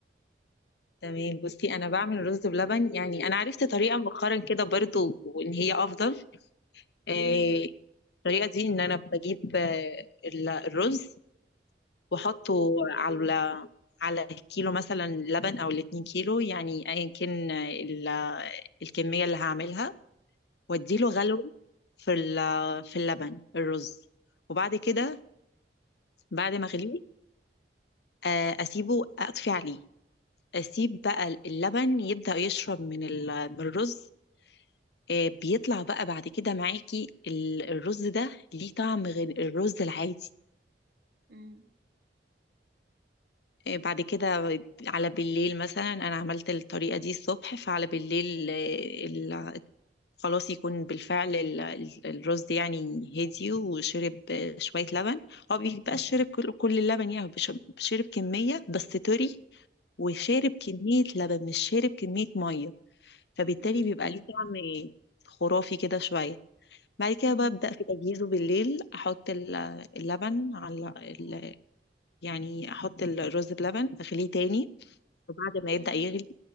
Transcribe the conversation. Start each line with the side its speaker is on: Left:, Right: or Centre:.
Left: تمام بصي أنا بعمل رز بلبن يعني أنا عرفت طريقة مؤخرا كده برضو وإن هي أفضل آه،
Right: مم،
Left: الطريقه دي ان انا بجيب آه، ال- الرز واحطه على على كيلو مثلا لبن او الاتنين كيلو يعني ايا كان ال- الكميه اللي هعملها واديله
Right: مم،
Left: غلو في ال- في اللبن الرز وبعد كده
Right: مم،
Left: بعد ما اغليه آه، اسيبه اطفي عليه اسيب بقى اللبن يبدأ يشرب من ال- من الرز آه، بيطلع بقى بعد كده معاكي ال- الرز ده ليه طعم غير الرز العادي
Right: مم.
Left: إيه، بعد كده على بالليل مثلا انا عملت الطريقه دي الصبح فعلى بالليل إيه، ال- خلاص يكون بالفعل ال- ال- الرز يعني هدي وشرب آه، شويه لبن هو بيبقاش شرب كل كل اللبن يعني هو بيش- شرب كميه بس طري وشارب كميه لبن مش شارب كميه ميه فبالتالي
Right: مم.
Left: بيبقى ليه طعم خرافي كده شويه بعد كده
Right: مم.
Left: ببدأ في تجهيزه بالليل أحط ال- اللبن على ال- يعني أحط الرز بلبن أغليه تاني وبعد ما يبدأ
Right: مم.
Left: يغلي